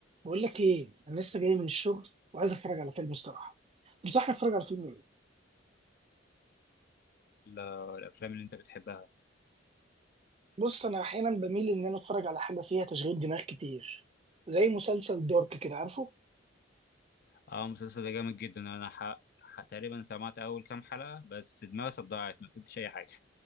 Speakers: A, on the right; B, on the left.
A: بقول لك ايه انا لسه جاي من الشغل وعايز اتفرج على فيلم الصراحه تنصحني اتفرج على فيلم ايه
B: ال- الافلام اللي انت بتحبها
A: بص انا احيانا بميل ان انا اتفرج على حاجه فيها تشغيل دماغ كتير زي مسلسل دارك كده عارفه
B: اه المسلسل ده جامد جدا انا ح... ح... تقريبا سمعت اول كام حلقه بس دماغي صدعت ما فهمتش اي حاجه